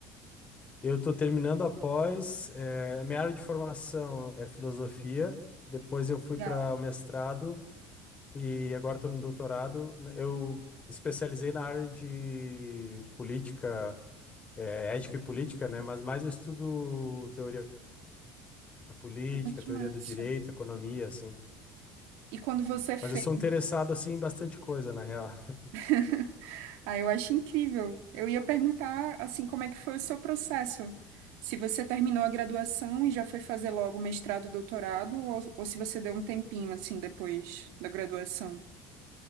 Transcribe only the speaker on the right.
Legal.
Que
massa.
E quando você fez?
<laughs> Ah, eu acho incrível. Eu ia perguntar, assim, como é que foi o seu processo? Se você terminou a graduação e já foi fazer logo mestrado, doutorado, ou, ou se você deu um tempinho, assim, depois da graduação?